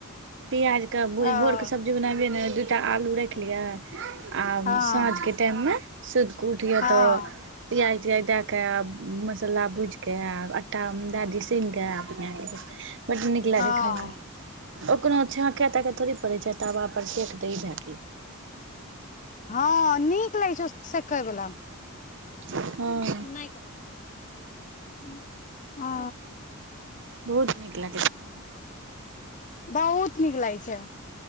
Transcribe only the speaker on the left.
हँ
हँ
हँ
हँ
हँ नीक लागै छै सेकै बला में।
नै करत ‌ हँ।
बहुत नीक लागै छै।